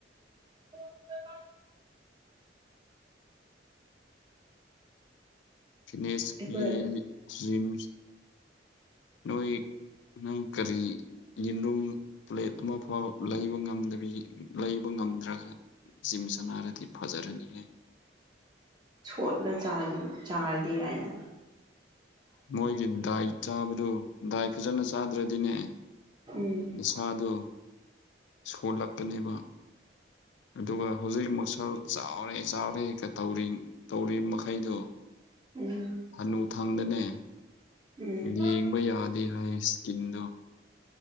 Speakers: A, on the right (about 25°); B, on the left (about 80°).
A: <unintelligible>
B: ꯐꯤꯠꯅꯦꯁ
A: ꯑꯩꯈꯣꯏ
B: ꯀꯤ ꯖꯤꯝ ꯅꯣꯏ ꯅꯪ ꯀꯔꯤ ꯌꯦꯔꯨꯝ ꯄ꯭ꯂꯦꯠ ꯑꯃ ꯐꯥꯎ ꯂꯩꯕ ꯉꯝꯗꯕꯤ ꯂꯩꯕ ꯉꯝꯗ꯭ꯔꯒ ꯖꯤꯝ ꯁꯥꯅꯔꯗꯤ ꯐꯖꯔꯅꯤ ꯍꯦ
A: ꯁꯣꯠꯂ ꯆꯥꯔ ꯆꯥꯔꯗꯤ ꯌꯥꯏꯅ
B: ꯃꯣꯏꯒꯤ ꯗꯥꯏꯠ ꯆꯥꯕꯗꯨ ꯗꯥꯏ ꯐꯖꯅ ꯆꯥꯗ꯭ꯔꯗꯤꯅꯦ
A: ꯎꯝ
B: ꯏꯁꯥꯗꯨ ꯁꯣꯜꯂꯛꯀꯅꯦꯕ ꯑꯗꯨꯒ ꯍꯧꯖꯤꯛ ꯃꯁꯜ ꯆꯥꯎꯔꯦ ꯆꯥꯎꯔꯦꯒ ꯇꯧꯔꯤꯡ ꯇꯧꯔꯤ ꯃꯈꯩꯗꯣ
A: ꯎꯝ
B: ꯍꯥꯅꯨ ꯊꯪꯗꯅꯦ
A: ꯎꯝ
B: ꯌꯦꯡꯕ ꯌꯥꯗꯦ ꯍꯥꯏ ꯏꯁꯀꯤꯟꯗꯣ